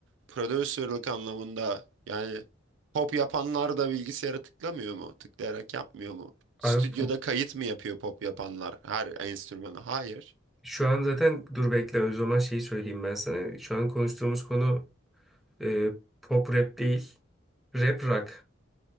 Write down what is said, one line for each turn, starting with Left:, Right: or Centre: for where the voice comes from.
Right: prodüserlik anlamında yani pop yapanlar da bilgisayara tıklamıyor mu? Tıklayarak yapmıyor mu? Stüdyoda
Centre: Abi bu
Right: kayıt mı yapıyor pop yapanlar her enstrümanı? Hayır.
Centre: şu an zaten dur bekle o zaman şeyi söyleyeyim ben sana. Şu an konuştuğumuz konu e, pop rap değil, rap rock.